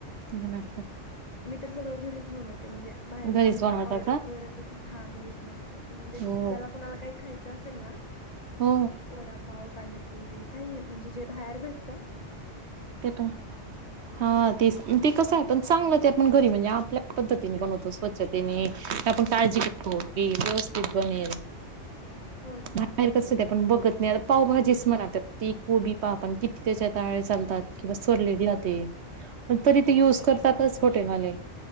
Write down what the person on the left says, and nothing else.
मी तर सगळं घरीच बनवते म्हणजे बाहेरून
आम्ही
का ऑर्डर करतच हा घरीच बनवते म्हणजे
ज्याला कोणाला काही खा असलमा
वडापाव पाणीपुरी काही म्हणजे जे बाहेर भेट
हम्म
हो ना.